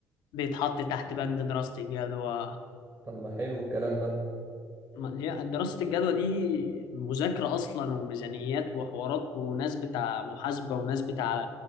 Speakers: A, on the left; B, on the right.
A: بيتحط تحت بند دراسه الجدوى
B: طب ما حلو الكلام ده
A: ما- هي دراسة الجدوى دي مذاكرة أصلا وميزانيات وحوارات وناس بتاع محاسبة وناس بتاع